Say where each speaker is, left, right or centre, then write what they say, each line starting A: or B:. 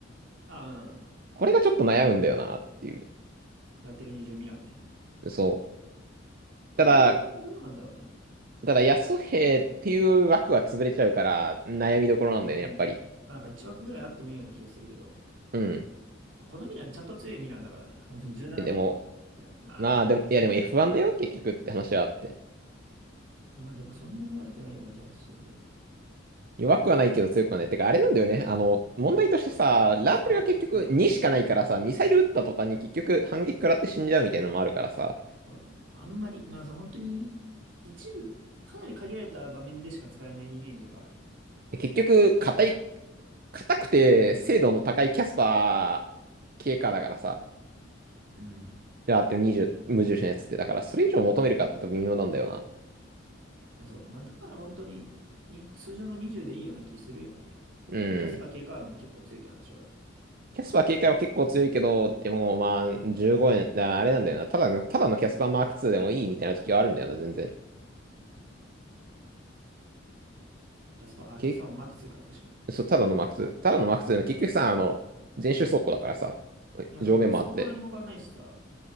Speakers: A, on the right; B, on the right.
A: ああ、う
B: これがちょっと悩むんだよな、っていう。
A: ん。やってる20ミランね。
B: そ
A: これ、
B: う。ただ、
A: どうなんだろうね。
B: ただ、ヤソヘっていう枠は潰れちゃうから、悩みどころなんだよね、
A: うん。
B: やっぱり。
A: まあなんか1枠ぐらいあってもいいような気がするけど。
B: うん。
A: このミラン、ちゃんと強いミランだからね。<laughs> 17、
B: えでも、
A: まあ、
B: まあでも、
A: そうだ。
B: いやでも F1 だよ、結局って話はあって。
A: まあでもそんなに悪くないような気がしてるけど。
B: 弱くはないけど強くはない。てか、あれなんだよね。あの、問題としてさ、
A: バッファロー。
B: ラーテルが結局2しかないからさ、
A: うん。
B: ミサイル撃った途端に結局反撃食らって死んじゃうみたいなのもあるからさ、
A: そうだね。あんまり、まあさ、本当に、一部、かなり限られた場面でしか使えないイメージがあるね。
B: 結局、
A: こいつは。
B: 硬い、硬くて精度の高いキャスパー系かだからさ、
A: うん。
B: ラーテル20、無重視のやつって、だからそれ以上求めるかって言うと微妙なんだよな。
A: そう。まあだから本当に、に、通常の20でいいような気するよね。
B: うん。
A: まあキャスパー警官も結構強いという話はあるが。
B: キャスパー警戒は結構強いけど、でもまあ、15円、だあれなんだよな。ただの、ただのキャスパーマーク2でもいいみたいな時はあるんだよな、全然。
A: うん。キャスパー、あ、
B: 警
A: キャスパーもマックスか、確かに。
B: そう、ただのマーク2。ただのマーク2の結局さ、あの、全周走行だからさ、
A: うん。いや、
B: 上面もあって。
A: そう、そこは何も変わんないしさ。